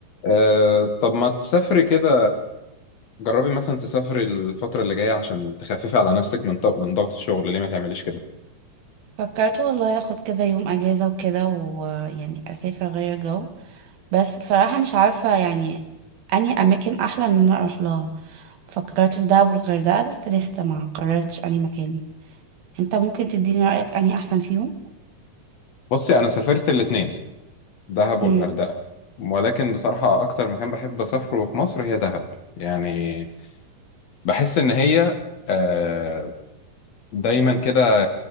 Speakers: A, on the left; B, on the right.
A: أه طب ما تسافري كده جربي مثلا تسافري الفترة اللي جاية عشان تخففي على نفسك من طب من ضغط الشغل ليه ما تعمليش كده
B: فكرت والله اخد كذا يوم اجازة وكده ويعني اسافر غير جو بس بصراحة مش عارفة يعني اني اماكن احلى ان انا اروح لها فكرت في دهب والغردقة بس لسه ما قررتش اني مكان انت ممكن تديني رأيك اني احسن فيهم
A: بصي أنا سافرت الاتنين دهب والغردقة
B: امم
A: ولكن بصراحة أكتر مكان بحب أسافره في مصر هي دهب يعني بحس إن هي أه دايما كده